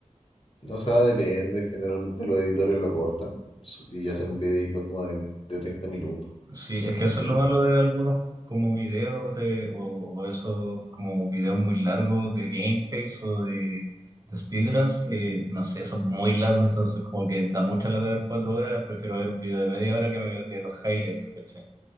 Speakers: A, on the left; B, on the right.
A: no sé, depende. Generalmente los editores lo cortan su- y hacen un videito como de, de 30 minutos.
B: Sí, es que eso
A: Sí.
B: es lo malo de algunos como videos de, o, o esos como videos muy largos de gameplays o de, de speedruns que no sé, son muy largos, entonces como que da mucha lata ver cuatro horas, prefiero ver un video de media hora que me, de los highlights, ¿cachai?